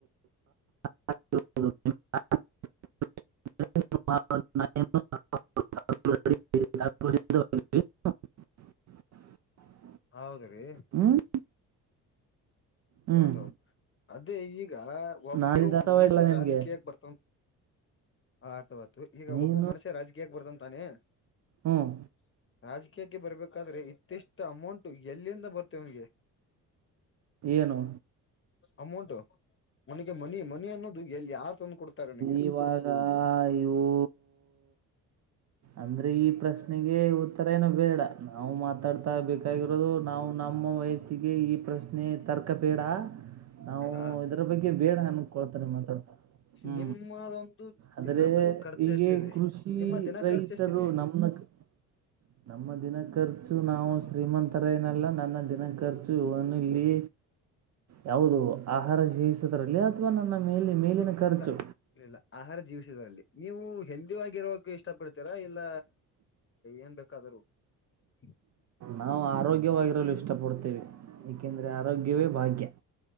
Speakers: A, on the right; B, on the left.
A: <unintelligible> <inaudible> <inaudible> <unintelligible>
B: ಹೌದರ್ರೀ
A: ಹ್ಮ್ ಹ್ಮ್
B: ಹೌದೌದು ಅದೇ ಈಗ ಈಗ ಒಬ್ಬರು
A: ನಾಳಿದ ಅಥವಾ
B: ಮನುಷ್ಯ
A: ಇಲ್ಲ ನಿನ್ಗೆ
B: ರಾಜಕೀಯಾಗ ಬರ್ತನ ಆತ ಅವತು ಈಗ
A: ನೀನು
B: ಒಬ್ಬ ಮನುಷ್ಯ ರಾಜಕೀಯಕ್ಕೆ ಬರ್ತಾನ್ ತಾನೆ <inaudible>
A: ಹ್ಮ್
B: ಆಜ ಕೆ ಕೆ ಬರ್ಬೇಕಾದ್ರೆ ಇತ್ತಿಷ್ಟು ಅಮೌಂಟು ಎಲ್ಲಿಂದ ಬರ್ತೇ ಇವನಿನಗೆ
A: ಏನು
B: ಅಮೌಂಟು ಮನಗೆ ಮನಿ ಮನಿ ಅನ್ನೋದು ಎಲ್ಲಿ ಯಾರು ತಂದು ಕೊಡ್ತಾರೆ ಅವನಿಗೆ
A: ಈವಾಗಾ ಯುವು ಅಂದ್ರೆ ಈ ಪ್ರಶ್ನೆಗೆ ಉತ್ತರ ಏನು ಬೇಡ ನಾವು ಮಾತ ಮಾತಾಡ್ತಾ ಬೇಕಾಗಿರೋದು ನಾವು ನಮ್ಮ ವಯಸ್ಸಿಗೆ ಈ ಪ್ರಶ್ನೆ ತರ್ಕ ಬೇಡ ನಾವು
B: ಬೇಡ
A: ಇದ್ರ ಬಗ್ಗೆ ಬೇಡ ಅನ್ಕೊಳ್ತಾರೆ ಮಾತಾಡ್ತರೆ ಹು
B: ನಿಮ್ಮದೊಂದು
A: ಆದ್ರೆ
B: ದಿನದ್ದು ಖರ್ಚು
A: ಈಗೆ
B: ಎಷ್ಟಿದೆ
A: ಕೃಷಿ
B: ನಿಮ್ಮ ದಿನ
A: ರೈತರು
B: ಖರ್ಚು ಎಷ್ಟಿದೆ
A: ನಮಗ <unintelligible> ನಮ್ಮ ದಿನ ಕರ್ದು ಖರ್ಚು ನಾವು ಶ್ರೀಮಂತರೈನಲ್ಲ ನನ್ನ ದಿನ ಖರ್ಚು ಇವನು ಇಲ್ಲಿ ಯಾವುದು ಆಹಾರ ಜಿವಿಸುದ್ರಲ್ಲಿ ಅಥವಾ ನನ್ನ ಮೇಲೆ ಮೇಲಿನ ಖರ್ಚು
B: ಇಲ್ಲ ಇಲ್ಲ ಆಹಾರ ಜೀವಸ ಇದರಲ್ಲಿ ನೀವು ಹೆಲ್ದಿ ಆಗರೋಕ ಇಷ್ಟಪಡ್ತೀರಾ ಇಲ್ಲ ಏನ್ ಬೇಕಾದರೂ <unintelligible>
A: ನಾವು ಆರೋಗ್ಯವಾಗಿರಲು ಇಷ್ಟಪಡ್ತೇವಿ- ಯಾಕೆಂದ್ರೆ ಆರೋಗ್ಯವೇ ಭಾಗ್ಯ